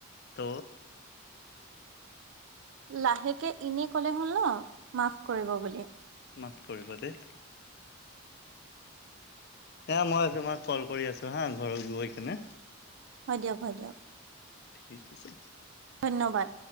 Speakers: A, on the left; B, on the right.
A: ত
B: লাহেকে এনে ক'লে হল ন, মাফ কৰিব বুলি।
A: মাফ কৰিব দেই। এ মই তোমাক কল কৰি আছো হা, ঘৰত গৈ কিনে।
B: হয় দিয়ক, হয় দিয়ক।
A: ঠিক আছে।
B: ধন্যবাদ।